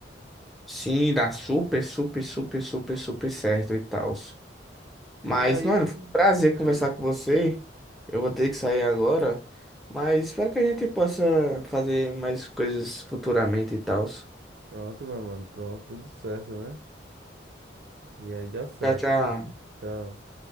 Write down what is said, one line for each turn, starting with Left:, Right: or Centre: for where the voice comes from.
Centre: Sim, dá super, super, super, super, super certo e tal. Mas,
Right: E aí,
Centre: mano, foi um prazer
Right: beleza?
Centre: conversar com você. Eu vou ter que sair agora. Mas espero que a gente possa fazer mais coisas futuramente e tal.
Right: Pronto, meu mano. Pronto, tudo certo, né? E aí dá certo.
Centre: Tchau, tchau.
Right: Tchau.